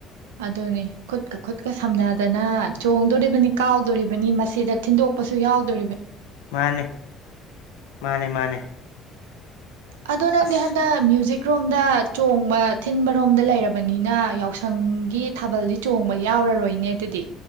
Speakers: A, on the right (about 85°); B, on the left (about 75°).
A: ꯑꯗꯨꯅꯤ ꯈꯨꯠ ꯈꯨꯠꯀ ꯈꯨꯠꯀ ꯁꯝꯅꯗꯅ ꯆꯣꯡꯗꯣꯔꯤꯕꯅꯤ- ꯀꯥꯎꯗꯣꯔꯤꯕꯅꯤ ꯃꯁꯤꯗ ꯊꯤꯟꯗꯣꯛꯄꯁꯨ ꯌꯥꯎꯗꯣꯔꯤꯕꯅꯤ꯫
B: ꯃꯥꯅꯦ꯫ ꯃꯥꯅꯦ- ꯃꯥꯅꯦ꯫
A: ꯑꯗꯣ ꯅꯪꯗꯤ
B: ꯑꯁ
A: ꯍꯟꯗꯛ ꯃ꯭ꯌꯨꯖꯤꯛ ꯔꯣꯝꯗ ꯆꯣꯡꯕ ꯊꯤꯟꯕꯔꯣꯝꯗ ꯂꯩꯔꯕꯅꯤꯅ ꯌꯥꯎꯁꯪꯒꯤ ꯊꯥꯕꯜꯗꯤ ꯆꯣꯡꯕ ꯌꯥꯎꯔꯔꯣꯏꯅꯦ꯫ ꯑꯗꯨꯗꯤ